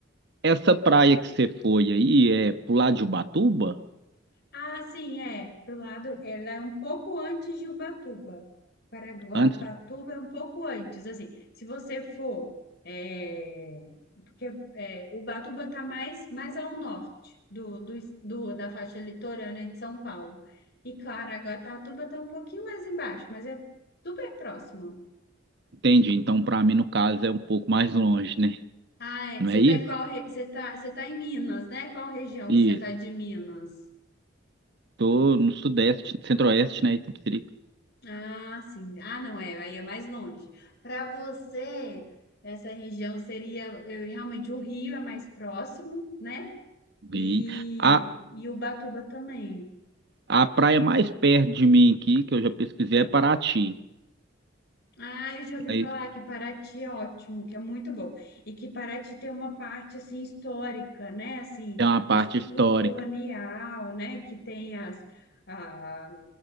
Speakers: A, on the right; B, on the left.
A: essa praia que você foi aí é pro lado de Ubatuba?
B: Ah, sim, é. Pro lado, ela é um pouco antes de Ubatuba. Paraguatatuba
A: Antes,
B: é um pouco antes. Assim, se você for. é, porque é, Ubatuba está mais, mais ao norte do, do, do- da faixa litorânea de São Paulo. E Caraguatatuba está um pouquinho mais embaixo, mas é super próximo.
A: entende? Então, para mim, no caso, é um pouco mais longe, né?
B: Ah, é,
A: Não
B: você
A: é
B: está
A: isso?
B: em qual. re- Você tá, você tá em Minas, né? Qual região
A: Isso.
B: que você está de Minas?
A: Tô no sudeste, centro-oeste, né, Itapecerica.
B: Ah, sim. Ah, não, é, aí é mais longe. Para você, essa região seria eh, realmente o Rio é mais próximo, né? E,
A: E a,
B: e Ubatuba também.
A: a praia mais perto de mim aqui, que eu já pesquisei, é Paraty.
B: Ah, eu já ouvi
A: Mas
B: falar que Paraty é ótimo, que é muito bom. E que Paraty tem uma parte assim histórica, né? Assim,
A: é uma parte
B: estilo
A: histórica.
B: colonial, né? Que tem as, ah,